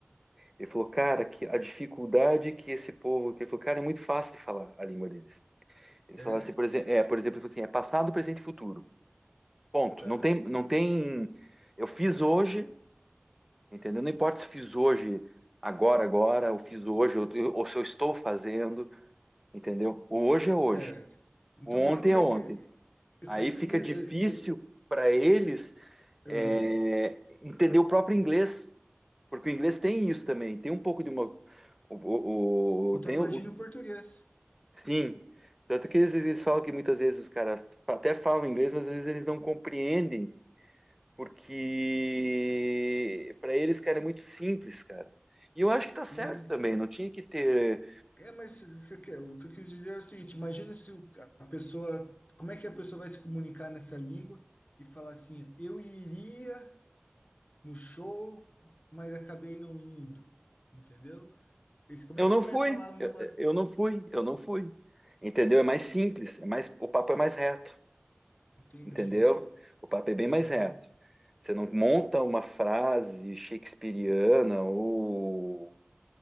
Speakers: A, in the centre; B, on the left.
A: Ele falou, cara, que a dificuldade que esse povo. que Ele falou, cara, é muito fácil de falar a língua deles. Eles
B: é?
A: falaram assim, por exemplo, é, por exemplo, ele falou assim, é passado, presente e futuro. Ponto.
B: Tá.
A: Não tem, não tem. Eu fiz hoje, entendeu? Não importa se eu fiz hoje, agora, agora, ou fiz hoje, ou, ou se eu estou fazendo. entendeu? O hoje é
B: Certo.
A: hoje,
B: Então,
A: o ontem
B: mas de como
A: é
B: é
A: ontem.
B: que. eu-
A: Aí
B: eu-
A: fica difícil
B: eu-
A: para eles
B: eu-
A: é,
B: ah,
A: entender o próprio inglês, porque o inglês tem isso também, tem um pouco de uma. O, o-
B: Então,
A: o- tem
B: imagina
A: o, o-
B: o português.
A: sim, tanto que eles, eles falam que muitas vezes os caras até falam inglês, mas às vezes eles não compreendem, porque para eles, cara, é muito simples, cara. E eu acho que tá
B: Sim.
A: certo também, não tinha que ter.
B: É, mas você quer- o que eu quis dizer é o seguinte: imagina se o- a pessoa. Como é que a pessoa vai se comunicar nessa língua e falar assim: eu iria no show, mas acabei não indo. Entendeu? Esse, como
A: Eu
B: é que
A: não
B: ele vai
A: fui,
B: falar o
A: eu,
B: negócio?
A: eu não fui, eu não fui. Entendeu? É mais simples, é mais, o papo é mais reto,
B: Entendi.
A: entendeu? O papo é bem
B: Aham.
A: mais reto. Você não monta uma frase shakespeariana ou,